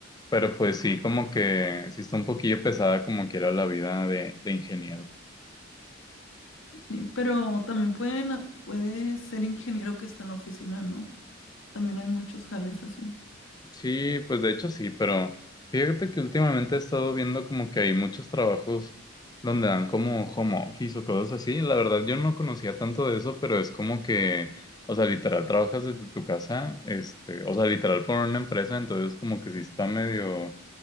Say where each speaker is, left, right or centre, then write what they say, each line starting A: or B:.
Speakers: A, on the left; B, on the left.
A: pero pues sí como que sí está un poquillo pesada como que era la vida de, de ingeniero.
B: sí, pero también pueden, a- puedes ser ingeniero que está en la oficina, ¿no? También hay muchos jales así,
A: Sí, pues de hecho sí, pero fíjate que últimamente he estado viendo como que hay muchos trabajos donde dan como home office o cosas así. La verdad yo no conocía tanto de eso, pero es como que, o sea, literal trabajas desde tu casa, este, o sea, literal por una empresa, entonces como que sí está medio,